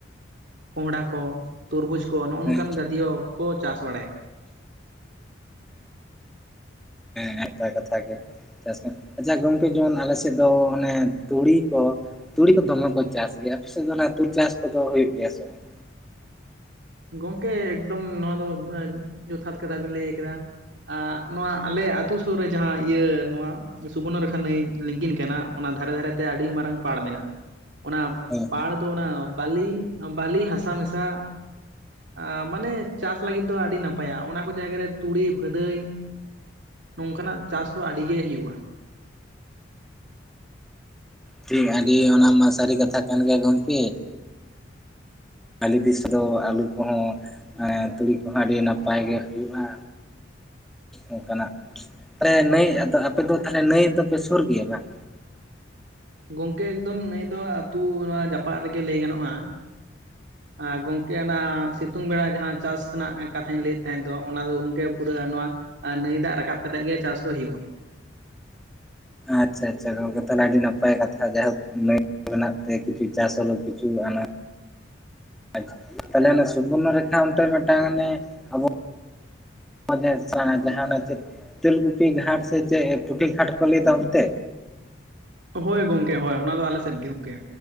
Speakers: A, on the right (about 70°); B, in the centre.
A: ᱠᱚᱸᱦᱰᱷᱟᱼᱼ ᱠᱚ ᱛᱩᱨᱵᱩᱡᱽ ᱠᱚ ᱱᱚᱜᱼᱚ
B: ᱦᱮᱸ
A: ᱱᱚᱝᱠᱟᱱ ᱡᱟᱛᱤᱭᱚ ᱠᱚ ᱪᱟᱥ ᱵᱟᱲᱟᱭᱟ᱾
B: ᱱᱟᱯᱟᱭ ᱠᱟᱛᱷᱟ ᱜᱮ ᱪᱟᱥ ᱟᱪᱪᱷᱟ ᱜᱚᱝᱠᱮ ᱡᱮᱢᱚᱱ ᱟᱞᱮ ᱥᱮᱫ ᱫᱚ ᱚᱱᱮ ᱛᱩᱲᱤ ᱠᱚ ᱛᱩᱲᱤ ᱠᱚ ᱫᱚᱢᱮ ᱠᱚ ᱪᱟᱥ ᱜᱮᱭᱟ ᱟᱯᱤᱥᱮᱜ ᱫᱚ ᱚᱱᱟ ᱛᱩᱨ ᱪᱟᱥ ᱠᱚᱫᱚ ᱦᱩᱭᱩᱜ ᱜᱮᱭᱟ ᱥᱮ ᱵᱟᱝ?
A: ᱜᱚᱝᱠᱮ ᱮᱠᱫᱚᱢ ᱱᱚᱣᱟ ᱫᱚ ᱡᱚᱛᱷᱟᱛ ᱠᱟᱛᱷᱟ ᱵᱤᱱ ᱞᱟᱹᱭ ᱠᱮᱫᱟ᱾ ᱟᱜ ᱱᱚᱣᱟ ᱟᱞᱮ ᱟᱛᱳ ᱥᱩᱨ ᱨᱮ ᱡᱟᱦᱟᱸ ᱤᱭᱟᱹ ᱱᱚᱣᱟ ᱥᱩᱵᱚᱨᱱᱚ ᱨᱮᱠᱷᱟ ᱱᱟᱹᱭᱼᱼ ᱞᱤᱝᱜᱤᱱ ᱠᱟᱱᱟ ᱚᱱᱟ ᱫᱷᱟᱨᱮ ᱫᱷᱟᱨᱮᱛᱮ ᱟᱹᱰᱤ ᱢᱟᱨᱟᱝ ᱯᱟᱲ ᱢᱮᱱᱟᱜᱼᱟ᱾ ᱚᱱᱟ
B: ᱦᱮᱸ
A: ᱯᱟᱲ ᱫᱚ ᱚᱱᱟ ᱵᱟᱞᱤ ᱵᱟᱞᱤ ᱦᱟᱥᱟ ᱢᱮᱥᱟ ᱟᱸ ᱢᱟᱱᱮ ᱪᱟᱥ ᱞᱟᱹᱜᱤᱫ ᱫᱚ ᱟᱹᱰᱤ ᱱᱟᱯᱟᱭᱟ ᱚᱱᱟ ᱠᱚ ᱡᱟᱭᱜᱟ ᱨᱮ ᱛᱩᱲᱤ ᱵᱷᱟᱹᱫᱟᱹᱭᱼᱼ ᱱᱚᱝᱠᱟᱱᱟᱜ ᱪᱟᱥ ᱫᱚ ᱟᱹᱰᱤ ᱜᱮ ᱦᱳᱭᱳᱼᱟ᱾
B: ᱴᱤ ᱟᱹᱰᱤ ᱚᱱᱟᱢᱟ ᱥᱟᱹᱨᱤ ᱠᱟᱛᱷᱟ ᱠᱟᱱ ᱜᱮᱭᱟ ᱜᱚᱢᱠᱮ᱾ ᱟᱞᱮ ᱫᱤᱥ ᱨᱮᱫᱚ ᱟᱹᱞᱩ ᱠᱚᱦᱚᱸ ᱮᱸ ᱛᱩᱲᱤ ᱠᱚᱦᱚᱸ ᱟᱹᱰᱤ ᱱᱟᱯᱟᱭ ᱜᱮ ᱦᱩᱭᱩᱜᱼᱟ᱾ ᱚᱱᱠᱟᱱᱟᱜ ᱛᱟᱞᱮ ᱱᱟᱹᱭ ᱟᱫᱚ ᱟᱯᱮ ᱫᱚ ᱛᱟᱞᱦᱮ ᱱᱟᱹᱭ ᱫᱚᱯᱮ ᱥᱩᱨ ᱜᱮᱭᱟ ᱵᱟᱝ?
A: ᱜᱚᱝᱠᱮ ᱮᱠᱫᱚᱢ ᱱᱟᱹᱭ ᱫᱚ ᱟᱹᱛᱩ ᱱᱚᱣᱟ ᱡᱟᱯᱟᱜ ᱨᱮᱜᱮ ᱞᱟᱹᱭ ᱜᱟᱱᱚᱜᱼᱟ ᱟ ᱜᱚᱝᱠᱮ ᱚᱱᱟ ᱥᱤᱛᱩᱝ ᱵᱮᱲᱟ ᱡᱟᱦᱟᱸ ᱪᱟᱥ ᱨᱮᱱᱟᱜ ᱠᱟᱛᱷᱟᱧ ᱞᱟᱹᱭᱮᱫ ᱛᱟᱦᱮᱸ ᱫᱚ ᱚᱱᱟ ᱫᱚ ᱜᱚᱝᱠᱮ ᱯᱩᱨᱟᱹ ᱱᱚᱣᱟᱼᱼ ᱟᱨ ᱱᱟᱹᱭ ᱫᱟᱜ ᱨᱟᱠᱟᱵ ᱠᱟᱛᱮᱜ ᱜᱮ ᱪᱟᱥ ᱫᱚ ᱦᱩᱭᱩᱼᱟ᱾
B: ᱟᱪᱪᱷᱟ ᱟᱪᱪᱷᱟ ᱜᱚᱝᱠᱮ ᱛᱟᱦᱚᱞᱮ ᱟᱹᱰᱤ ᱱᱟᱯᱟᱭ ᱠᱟᱛᱷᱟ ᱡᱟᱭᱦᱳ ᱱᱟᱹᱭᱼᱼ ᱢᱮᱱᱟᱜ ᱛᱮ ᱠᱤᱪᱷᱩ ᱪᱟᱥ ᱦᱚᱞᱚ ᱠᱤᱪᱷᱩ ᱟᱱᱟᱼᱼ ᱟᱪ ᱛᱟᱦᱚᱞᱮ ᱚᱱᱟ ᱥᱩᱵᱚᱨᱱᱚ ᱨᱮᱠᱷᱟ ᱚᱱᱛᱮ ᱢᱤᱫᱴᱟᱝ ᱟᱱᱮ ᱟᱵᱚᱼᱼ <unintelligible> ᱡᱟᱦᱟᱱᱟᱜ ᱚᱱᱮ ᱪᱮᱼᱼ ᱛᱮᱞᱜᱩᱯᱤ ᱜᱷᱟᱴ ᱥᱮ ᱪᱮᱫ ᱯᱩᱴᱷᱤ ᱜᱷᱟᱴ ᱠᱚ ᱞᱟᱹᱭ ᱫᱚ ᱚᱱᱛᱮ?
A: ᱦᱳᱭ ᱜᱚᱝᱠᱮ ᱦᱳᱭ ᱚᱱᱟ ᱫᱚ ᱟᱞᱮ ᱥᱮᱫ ᱜᱮ ᱜᱚᱝᱠᱮ᱾